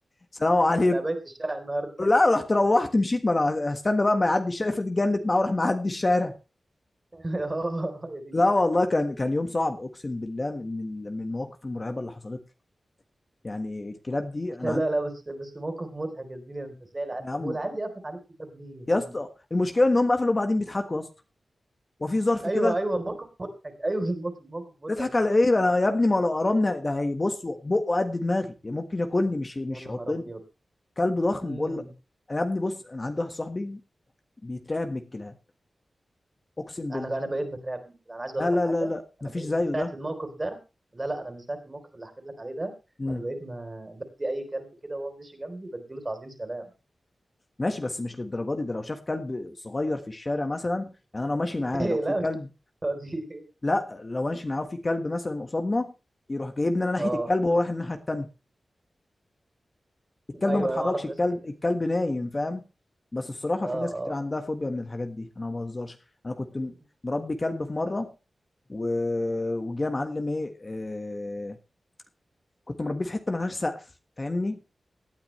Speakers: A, on the left (about 40°); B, on the right (about 25°).
A: سلام عليكم
B: أنا هابات في الشارع النهارده.
A: لأ، رُحت روّحت مشيت ما أنا هاستنى بقى أمّا يعدّي الشارع افرض اتجنِّت معاه وراح معدّي الشارع
B: <laughs> آه، يا دين
A: لا
B: أمي.
A: والله كان كان يوم صعب أقسم بالله من ال من المواقف المرعبة اللي حصلت لي، يعني الكلاب دي أنا
B: لا،
A: عندي
B: لا، لا، بس بس موقف مضحك يا زميلي، أنت إزاي الع
A: يا عم
B: طب والعيال دي قفلت عليك الباب ليه يا
A: يا
B: زميلي؟
A: اسطى المشكلة إن هم قفلوا وبعدين بيضحكوا يا اسطى، هو في ظرف
B: أيوه،
A: كده
B: أيوه، موقف مضحك، أيوه، الموقف موقف مضحك
A: نضحك
B: يا
A: على
B: زميلي.
A: إيه أنا يا ابني ما هو لو قرمنا ده هيبُص بُقُّه قد دماغي، يعني ممكن ياكلني مش مش
B: يا نهار
A: يعضني.
B: أبيض!
A: كلب ضخم
B: إمم.
A: باقول لك أنا يا ابني بُص، أنا عندي واحد صاحبي بيترعب من الكلاب، أقسم بالله
B: أنا أنا بقيت باترعب من كده. أنا عايز
A: لا،
B: أقول لك
A: لا،
B: على حاجة،
A: لا، لأ، ما
B: أنا
A: فيش
B: بقيت
A: زيه
B: من ساعة
A: ده.
B: الموقف ده لا، لأ، أنا من ساعة الموقف اللي حكيت لك عليه ده،
A: إمم.
B: أنا بقيت ما بادّي أي كلب كده وهو ماشي جنبي بادّي له تعظيم سلام.
A: ماشي، بس مش للدرجة دي، ده لو شاف كلب صغير في الشارع مثلًا يعني أنا لو ماشي معاه
B: <laughs> إيه،
A: لو في
B: لأ، مش
A: كلب
B: <laughs> الدرجة دي
A: لأ، لو ماشي معاه وفي كلب مثلًا قصادنا، يروح جايبني أنا ناحية
B: آه.
A: الكلب وهو رايح الناحية التانية، الكلب
B: أيوه،
A: ما اتحركش،
B: أيوه أعرف ناس
A: الكلب
B: كده.
A: الكلب نايم، فاهم؟ بس الصراحة
B: آه،
A: في ناس
B: آه.
A: كتير عندها فوبيا من الحاجات دي، أنا ما باهزرش، أنا كنت
B: إمم.
A: م مربي كلب في مرة و وجه يا معلم إيه آآ كنت مربيه في حتة ما لهاش سقف فاهمني؟